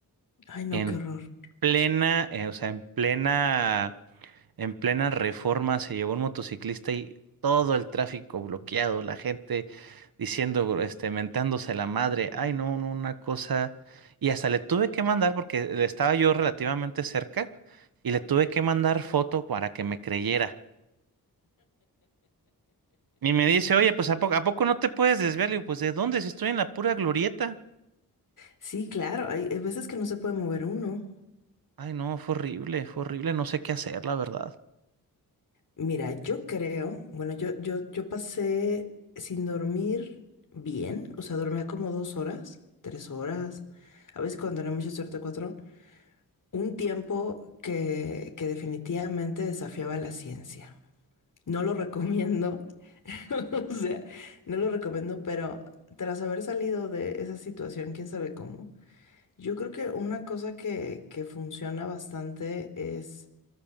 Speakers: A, on the left; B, on the right.
A: Ay, no,
B: En
A: qué horror.
B: plena, eh, o sea, en plena En plena reforma se llevó un motociclista y todo el tráfico bloqueado, la gente diciendo, este, mentándose la madre, ay no, no, una cosa. Y hasta le tuve que mandar, porque le estaba yo relativamente cerca, y le tuve que mandar foto para que me creyera. Y me dice, oye, pues ¿a poco, a poco no te puedes desviar? Le digo, pues ¿de dónde? Si estoy en la pura glorieta.
A: Sí, claro, hay, hay veces que no se puede mover uno.
B: Ay no, fue horrible, fue horrible, no sé qué hacer, la verdad.
A: Mira, yo creo, bueno, yo, yo, yo pasé sin dormir bien, o sea, dormía como dos horas, tres horas, a veces cuando tenía mucha suerte cuatro, un tiempo que, que definitivamente desafiaba la ciencia. No lo recomiendo, <laughs> o sea, no lo recomiendo, pero tras haber salido de esa situación, quién sabe cómo, yo creo que una cosa que, que funciona bastante es